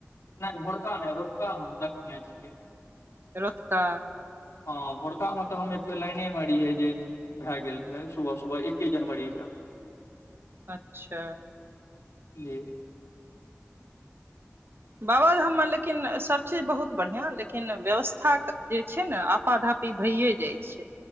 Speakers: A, on the left; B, on the right.
A: नहि भोरका नहि रोतका हम देखने छीयै
B: रउतका
A: हँ भोड़का मे तऽ हम ओहि लाइने मे रहियै जे भए गेल रह सुबह सुबह एके जनवरी के
B: अच्छा
A: जी
B: बाबा धाम मे लेकिन सभचीज बहुत बढ़िआँ लेकिन व्यवस्था जे छै ने आपाधापी भैए जाइ छै